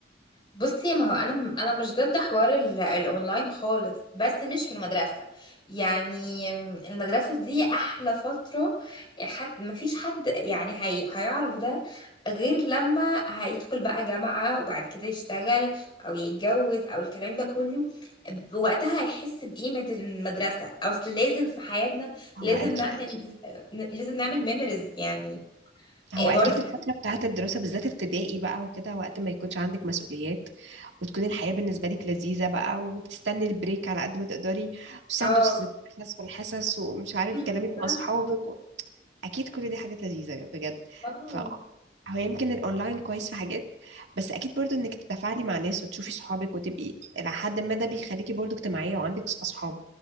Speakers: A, on the left (about 25°); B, on the right (about 80°).
A: بصي ما هو انا انا مش ضد حوار ال- الاونلاين خالص بس مش في المدرسه يعني المدرسه دي احلى فتره حد ما فيش حد يعني هي هيعرف ده غير لما هيدخل بقى جامعه وبعد كده يشتغل او يتجوز او الكلام ده كله وقتها هيحس بقيمه المدرسه اصل لازم في حياتنا لازم
B: هو اكيد
A: نعمل لازم نعمل ميموريز يعني
B: هو
A: آه، برضه
B: اكيد الفتره بتاعه الدراسه بالذات ابتدائي بقى وكده وقت ما يكونش عندك مسؤوليات وتكون الحياه بالنسبه لك لذيذه بقى وبتستني البريك على قد ما تقدري والساندوتشز
A: اه
B: بتخلص في الحصص ومش عارف
A: بالظبط.
B: كلامك مع
A: اه
B: اصحابك اكيد كل دي حاجات لذيذه بجد
A: بالظبط
B: ف هو يمكن الاونلاين كويس في حاجات بس اكيد برضو انك تتفاعلي مع ناس وتشوفي صحابك وتبقي الى حد ما ده بيخليكي برضو اجتماعيه وعندك اصحاب